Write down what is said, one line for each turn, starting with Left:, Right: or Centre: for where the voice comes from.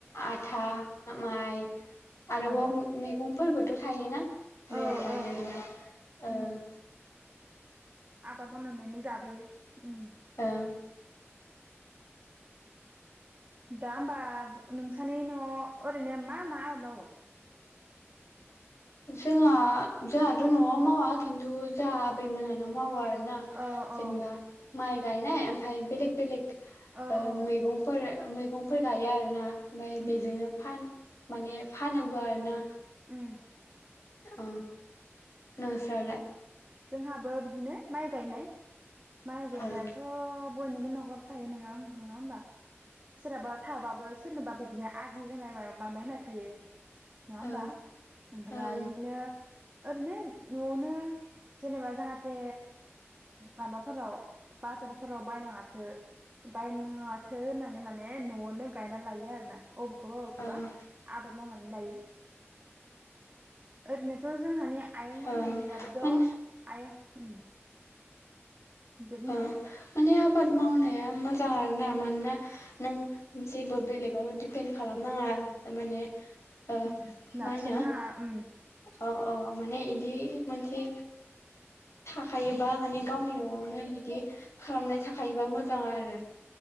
Left: आथा माइ आरोबाव
Right: ओं
Left: मेगं फोरबोथ' थायोना। मेरला
Right: औ औ
Left: मेरला ओं
Right: उम आबाद मावनानै जाबोयो। उम
Left: ओं।
Right: दा होनबा नोंसानि न'आव ओरैनो मा मा आबाद मावो?
Left: जोंहा जोंहाथ' न'आव मावा खिन्थु जोंहा आबै मोनहानाव मावो आरो। ना
Right: अ
Left: जेनबा
Right: अ
Left: माइ गायनाय ओमफ्राय बेलेग बेलेग
Right: औ
Left: ओ
Right: औ
Left: मैगंफोर मैगंफोर गायो आरो ना। ओमफाय
Right: उम
Left: बेजोंनो फान माने फानोबो आरो ना।
Right: उम
Left: अ नोंस्रालाय?
Right: जोंहाबो बिदिनो माइ गायनाय। माइ गायनायाथ'
Left: ओं
Right: बयनिबो न'खराव थायो नङा आं नङा होमबा सोरहाबा थाबाबो सोरनोबा बिदिनो आदि होनाय माबाया होनाय थायो। नङा होमबा
Left: ओं
Right: ओमफ्रायनो।
Left: ओं
Right: ओरैनो न'आवनो जेनेबा जाहाथे माबाफोराव बाजारफोराव बायनांथो। बायनांथो होननानै माने न'आवनो गायना लायो आरो ना। अबेखौबा अबेखौबा
Left: ओं
Right: आबाद मावनानै लायो। ओरैनोथ' जोंहानि आयंमोनहानियाबोथ'
Left: ओं मान
Right: आयौ ओम । जे बुंनाय
Left: ओं माने आबाद मावनाया मोजां आर ना मानोना नों जेबो बेलेगाव दिडपेन्ड खालामनाङा माने ओ
Right: उम नारसोन
Left: मा होनो
Right: नाङा उम।
Left: अ अ माने एदि। मोनसे। थाखायोबा माने गावनि न'आवनो बिदि खालामनाय थाखायोबा मोजां आरो।